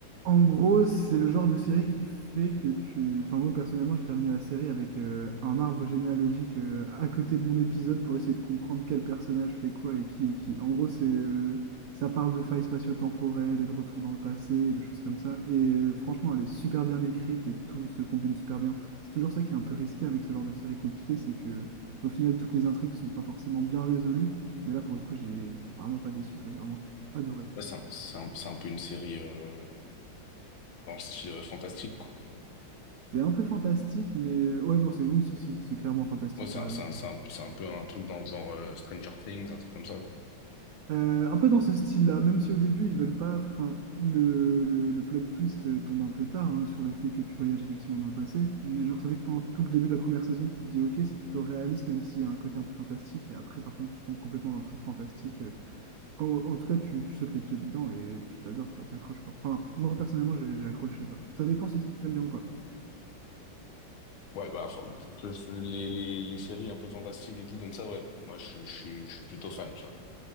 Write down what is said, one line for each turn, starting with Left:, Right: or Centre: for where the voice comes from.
Right: En gros, c'est le genre de série qui fait que tu... Enfin, moi, personnellement, j'ai terminé la série avec euh, un arbre généalogique euh, à côté de mon épisode pour essayer de comprendre quel personnage fait quoi et qui est qui. En gros, c'est, euh, ça parle de failles spatio-temporelles et de retour dans le passé, et de choses comme ça. Et euh, franchement, elle est super bien écrite et tout se combine super bien. C'est toujours ça qui est un peu risqué avec ce genre de série compliquée, c'est que au final, toutes les intrigues sont pas forcément bien résolues. Mais là, pour le coup, j'ai- j'étais vraiment pas déçu, quoi. J'ai vraiment adoré.
Left: Ouais, c'est un, c'est un, c'est un peu une série, euh, dans le style euh, fantastique, quoi.
Right: C'est un peu fantastique, mais euh, ouais, non, c'est oui, si, si, c'est clairement fantastique,
Left: Ouais, c'est
Right: t'as
Left: un,
Right: raison.
Left: c'est un, c'est un, c'est un peu un truc dans le genre euh, Stranger Things, un truc comme ça, quoi.
Right: Euh, un peu dans ce style-là, même si au début ils veulent pas. Enfin, le, le, le plot twist euh, tombe un peu tard hein, sur le fait que tu voyages effectivement dans le passé. Mais genre, c'est vrai que pendant tout le début de la première saison, tu te dis, ok, c'est plutôt réaliste, même s'il y a un côté un peu fantastique. Et après, par contre, tu tombes complètement dans le truc fantastique. euh. Enfin, en, en tout cas, tu, tu sautes les pieds dedans et puis t'adores, quoi, t'accroches fort. Enfin, moi personnellement, j'ai j'ai accroché, quoi. Ça dépend si t'aimes bien ou pas.
Left: Ouais, bah, enfin, les, les, les séries un peu fantastiques et tout comme ça, ouais. Moi, je, je, suis- je suis plutôt fan, tu vois.